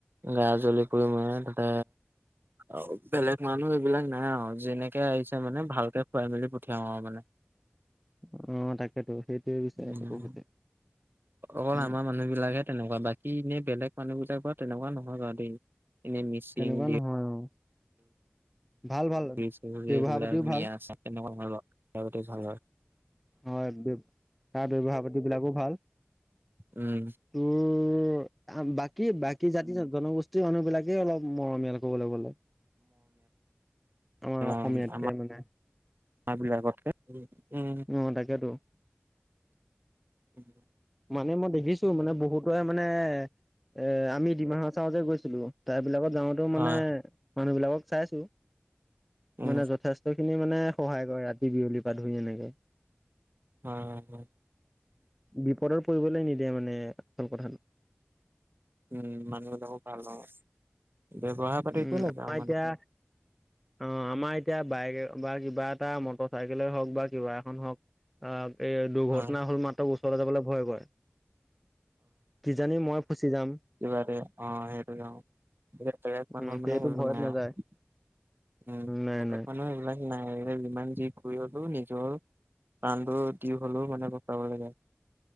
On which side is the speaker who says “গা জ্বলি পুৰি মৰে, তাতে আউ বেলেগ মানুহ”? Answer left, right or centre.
Right